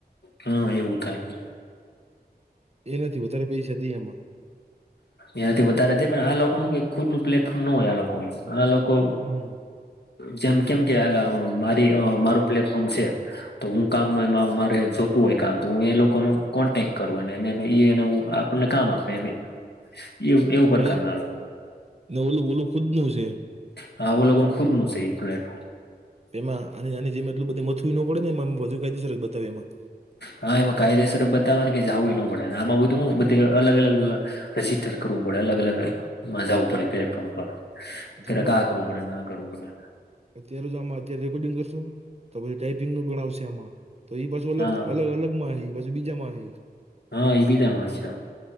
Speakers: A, on the left; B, on the right.
A: હા એવું થાય છે.
B: એનાથી વધારે પૈસા જોઈએ આમાં
A: એનાથી વધારે દે પણ આ લોકોનું ખુદ નું પ્લેટફોર્મ નો હોય આ લોકોનું આ લોકો
B: હમ
A: જેમ કેમ કે મારી મારું પ્લેટફોર્મ છે. તો હું કામ એમાં મારે જોતું હોય કામ તો હું એ લોકો નુ કોન્ટેક કરવું અને એ એનું આપણને કામ આપે એ એવું એવું
B: ભાઈ
A: કામ ના લોકો
B: ને ઓલું બોલું ખુદ નુ છે.
A: હા આવો લોકોનું ખુદ નું છે એ પ્લેટ.
B: <unintelligible> જેમાં એની જેમ એટલું બધું મથવું નો પડે ને એમ વધુ કાયદેસર બતાવે એમાં.
A: હા એમાં કાયદેસર બતાવાને કે જવું ના પડે આમાં બધું બધ અલગ અલગ રજીસ્ટ્રેશન કરવું પડે અલગ અલગ માં જાવું પડે પ્લેટફોર્મ પર.
B: જો
A: <unintelligible>
B: હમણાં
A: આ કરવું પડે ને આ કરવું પડે
B: અત્યારે જ આમાં અત્યારે રેકોર્ડિંગ કરશું તો પછી ટાઈપિંગ નું પણ આવશે આમાં. તો એ પાછું અલગ
A: હા
B: અલગ અલગ માં છે એ પાછું બીજામાં છે.
A: હા એ બીજામાં છે